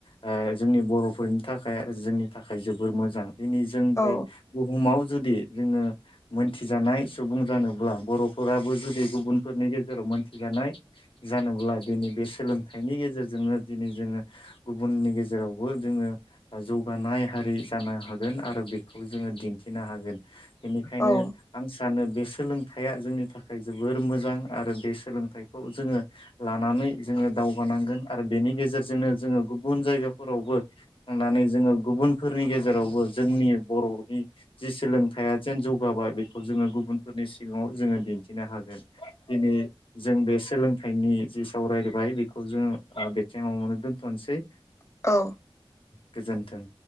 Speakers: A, on the left; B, on the left.
A: ओ जोंनि बर'फोरनि थाखाय जोंनि थाखाय जोबोर मोजां दिनै जों
B: औ
A: बे बुहुमाव जुदि जोङो मोनथिजानाय सुबुं जानोब्ला बर'फोराबो जुदि गुबुनफोरनि गेजेराव मोनथिजानाय जानोब्ला दिनै बे सोलोंथाइनि गेजेरजोंनो दिनै जोङो गुबुननि गेजेरावबो जोङो जौगानाय हारि जानो हागोन आरो बेखौ जोङो दिन्थिनो हागोन बेनिखायनो
B: औ
A: आं सानो बे सोलोंथाइया जोंनि थाखाय जोबोर मोजां आरो बे सोलोंथाइखौ जोङो लानानै जोङो दावगानांगोन आरो बेनि गेजेरजोंनो जोङो गुबुन जायगाफोरावबो थांनानै जोङो गुबुनफोरनि गेजेरावबो जोंनि बर'नि जि सोलोंथाइया जेन जौगाबाय बेखौ जोङो गुबुनफोरनि सिगाङाव जोङो दिन्थिनो हागोन दिनै जों बे सोलों थाइनि जि सावरायबाय बेखौ जों ओ बेथिंङावनो दोन्थ'नोसै
B: औ
A: गोजोन गोथों